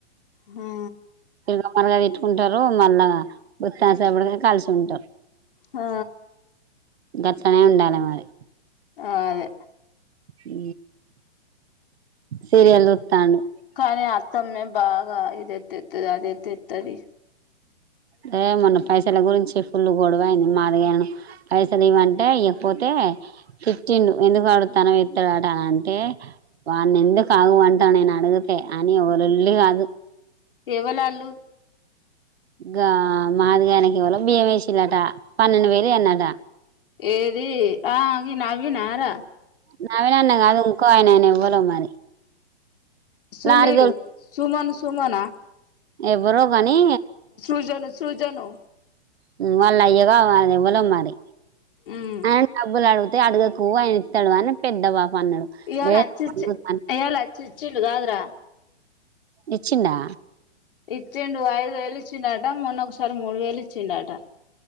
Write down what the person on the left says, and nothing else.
హా
ఆ
ఆ అదే
కానీ అతమ్మే బాగా ఇదేత్తతది అదితేత్తది
ఏవలాళ్ళు
ఏది ఆవి నవీనార
సునీలు
సుమను సుమనా
సజను సుజను
ఉమ్
ఇయాల
అచ్చిచ్చి
ఇయాల అచ్చి ఇచ్చిండు కాద్రా
ఇచ్చిండు ఐదు వేలు ఇచ్చిండట మొన్న ఒకసారి మూడు వేలు ఇచ్చిండట